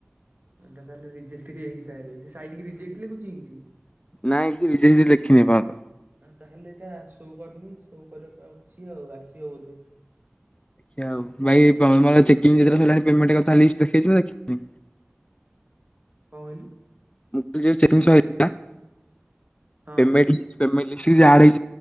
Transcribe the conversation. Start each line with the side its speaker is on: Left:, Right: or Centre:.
Right: ସେଟା ତାହେଲେ ରିଜେକ୍ଟ ହେଇଯାଇଚି ତାହେଲେ। ହେ ସାଇଟ୍ କୁ ରେଜେକ୍ଟ ଲେଖୁଛି କି କିଛି?
Left: ନାଇଁ କିଛି ରିଜେକ୍ଟ ଫିଜେକ୍ଟ ଲେଖିନି ଏପର୍ଯ୍ୟନ୍ତ।
Right: ତାହେଲେ ଏଇଟା ସୋ କରିନି ସୋ କରିବା ପାଇଁ ଅଛି ଆଉ ଆସିବ ବୋଧେ।
Left: <unintelligible> ତିନି ଦିନ ହେଲାଣି ପେମେଣ୍ଟ କଥା କିଛି ଦେଖେଇଚି ନା ଦେଖେଇନି?
Right: କଣ କହିଲ?
Left: <unintelligible>
Right: ହଁ